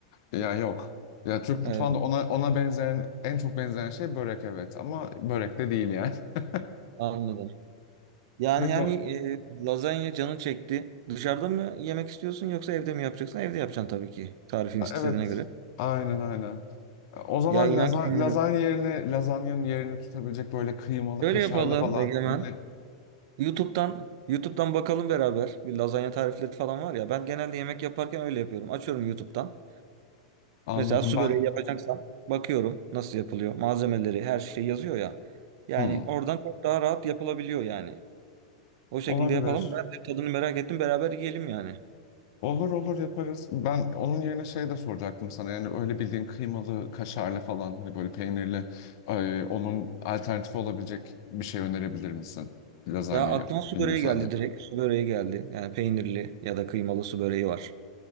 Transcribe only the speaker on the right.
Evet.
Anladım. Yani
yani
e, lazanya canın çekti. Dışarıda mı yemek istiyorsun yoksa evde mi yapacaksın? Evde yapacaksın tabii ki. Tarifin istediğine
göre.
Ya inan
ki bilmiyorum.
Şöyle
yapalım
Egemen.
YouTube'dan YouTube'dan bakalım beraber. Bir lazanya tarifleri falan var ya. Ben genelde yemek yaparken öyle yapıyorum. Açıyorum YouTube'dan.
Mesela su
böreği yapacaksam bakıyorum nasıl yapılıyor. Malzemeleri, her şey yazıyor ya. Yani
oradan çok daha rahat yapılabiliyor yani. O şekilde
yapalım. Ben de tadını merak ettim. Beraber yiyelim yani.
Ya aklıma su
böreği geldi
direkt. Su böreği geldi. Yani peynirli ya da kıymalı su böreği var.